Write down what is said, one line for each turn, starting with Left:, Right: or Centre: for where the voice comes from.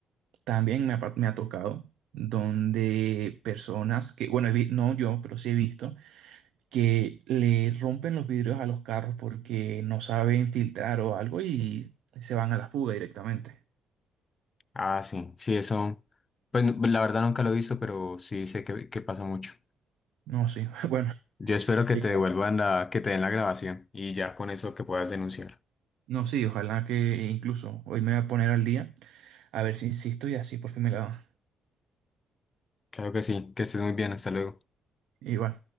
Right: también me ha, pa- me ha tocado donde personas que, bueno, he vi- no yo, pero sí he visto que le rompen los vidrios a los carros porque no saben filtrar o algo y se van a la fuga directamente.
Left: Ah, sí, sí, eso. Pues la verdad nunca lo he visto, pero sí sé que, que pasa mucho.
Right: No, sí, <laughs> bueno,
Left: Yo espero que
Right: igual.
Left: te devuelvan la, que te den la grabación y ya con eso que puedas denunciar.
Right: No, sí, ojalá que incluso hoy me voy a poner al día a ver si insisto y así por fin me la dan.
Left: Claro que sí, que estés muy bien, hasta luego.
Right: Igual.